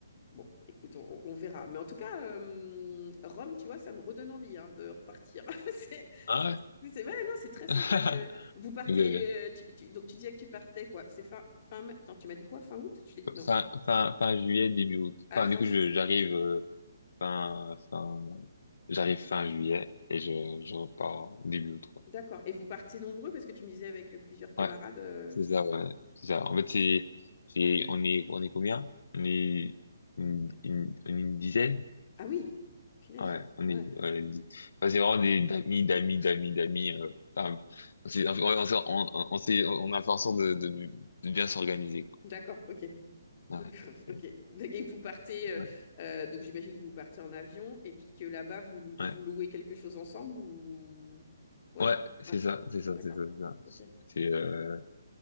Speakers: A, on the left (about 35°); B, on the left (about 70°).
A: bon, écoute, on, on verra. Mais en tout cas, euh, Rome, tu vois, ça me redonne envie hein, de repartir. <laughs> C'est,
B: Ah
A: c'est,
B: ouais?
A: c'est- ouais, non, c'est très
B: <laughs>
A: sympa que vous partez.
B: Ok.
A: euh, tu- tu- donc, tu disais que tu partais, quoi. C'est fin, fin mai. Attends, tu m'as dit quoi? Fin août? Je t'ai dit
B: ok.
A: non.
B: Fin, fin, fin juillet, début août.
A: Ah,
B: Enfin,
A: fin
B: du coup,
A: juillet.
B: je, j'arrive euh, fin, fin, j'arrive fin juillet et je, je repars début août.
A: D'accord. Et vous partez nombreux parce que tu me disais avec euh, plusieurs camarades.
B: Ouais,
A: euh,
B: c'est ça, ouais. C'est ça. En fait, c'est, c'est, on est, on est combien? On est une, une, une dizaine?
A: Ah oui, punaise.
B: Ouais, on
A: Ouais.
B: est, ouais, dix. Enfin, c'est vraiment des, d'amis, d'amis, d'amis, d'amis. euh, enfin, c'est- on on, on, on, on s'est- on a fait en sorte de, de, de bien s'organiser, quoi.
A: D'accord, ok. <laughs>
B: Ouais,
A: D'accord,
B: c'est,
A: ok. Et vous partez, euh,
B: ouais,
A: euh, donc j'imagine que vous partez en avion et puis que là-bas, vous, lou-
B: ouais,
A: vous louez quelque chose ensemble ou... Ouais,
B: Ouais, c'est
A: ouais,
B: ça, c'est ça,
A: d'accord,
B: c'est ça, c'est ça.
A: ok.
B: C'est, euh,